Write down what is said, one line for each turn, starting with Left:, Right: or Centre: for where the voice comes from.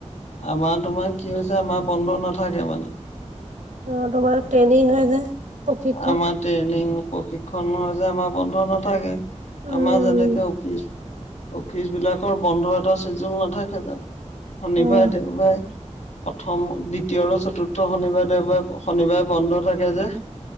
Left: আমাৰ তোমাৰ কি হৈছে আমাৰ বন্ধ নাথাকে মানে।
Right: অ' তোমাৰ ট্ৰেইনিং হয় যে, প্ৰশিক্ষক।
Left: আমাৰ ট্ৰেইনিং প্ৰশিক্ষণ হয় যে আমাৰ বন্ধ নাথাকে।
Right: উম
Left: আমাৰ যেনেকে অফিচ অফিচ বিলাকৰ বন্ধ এটা ছিজন নাথাকে জানো। শনিবাৰে
Right: অহ
Left: দেওবাৰে প্ৰথম দ্বিতীয় আৰু চতুৰ্থ শনিবাৰে দেওবাৰে শনিবাৰে বন্ধ থাকে যে,